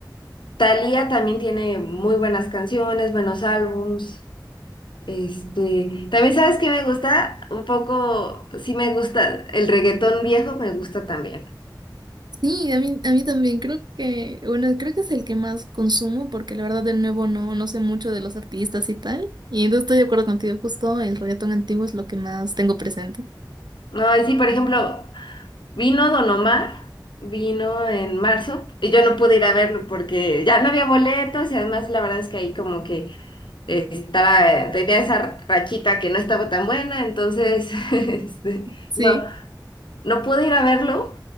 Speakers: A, on the left (about 80°); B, on the right (about 65°).
A: Thalía también tiene muy buenas canciones, buenos álbums. Este, también sabes que me gusta un poco, pues, sí me gusta, el reggaetón viejo me gusta también.
B: Sí, a mí, a mí también creo que, bueno, creo que es el que más consumo porque la verdad de nuevo no, no sé mucho de los artistas y tal. Y entonces estoy de acuerdo contigo, justo el reggaetón antiguo es lo que más tengo presente.
A: No, y sí, por ejemplo, vino Don Omar, vino en marzo, y yo no pude ir a verlo porque ya no había boletos y además la verdad es que ahí como que eh, estaba, tenía esa rachita que no estaba tan buena, entonces, <laughs> este,
B: Sí,
A: no. No pude ir a verlo,